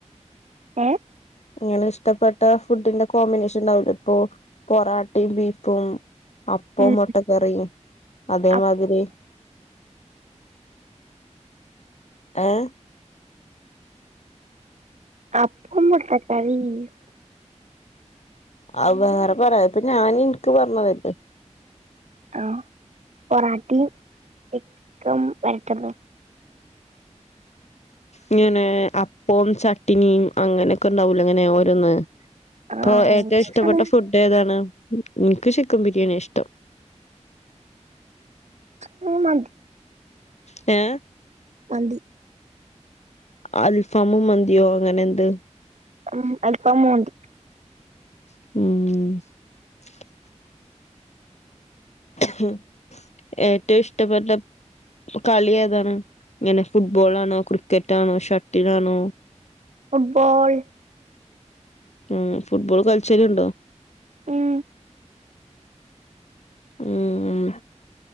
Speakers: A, on the right; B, on the left.
A: ഏഹ്.
B: ങ്ങനെ ഇഷ്ടപ്പെട്ട ഫുഡിന്റെ കോമ്പിനേഷൻ ണ്ടാവൂലേ പ്പൊ പൊറാട്ടിം ബീഫും. അപ്പോം
A: ഉം
B: മുട്ടക്കറിയും അതേമാതിരി.
A: അ
B: ഏഹ്.
A: അപ്പും മുട്ട കറിം. <unintelligible>
B: ആ വേറെ പറേ പ്പൊ ഞാൻ ഇൻക്ക് പർഞ്ഞതല്ലേ?
A: ആഹ് പൊറാട്ടിം ചിക്കം വരട്ടതു.
B: ങ്ങനെ അപ്പോം ചട്ടിനിം അങ്ങനെക്കെ ണ്ടാവൂലേ ങ്ങനെ ഓരോന്ന്.
A: ആ
B: പ്പൊ
A: അങ്ങനെ
B: ഏറ്റവു
A: ഇഷ്ടാണ്
B: ഇഷ്ടപ്പെട്ട ഫുഡ്- ഏതാണ് മ് ഇൻക്ക് ചിക്കം ബിര്യാണ്യ ഇഷ്ടം.
A: ച്ച് മ് മതി
B: ഏ
A: മന്തി.
B: അൽഫാമും മന്തിയോ അങ്ങനെന്ത്.
A: ഉം അൽഫാമും മന്തി.
B: ഉം. ഹ് ഏറ്റവു ഇഷ്ടപ്പെട്ട പ കളി ഏതാണ്? ങ്ങനെ ഫുട്ബോളാണോ ക്രിക്കറ്റാണോ ഷട്ടിലാണോ?
A: ഫുട്ബോൾ.
B: ഉം ഫുട്ബോൾ കാൾച്ചല്ണ്ടോ?
A: ഉം
B: ഉം ഉം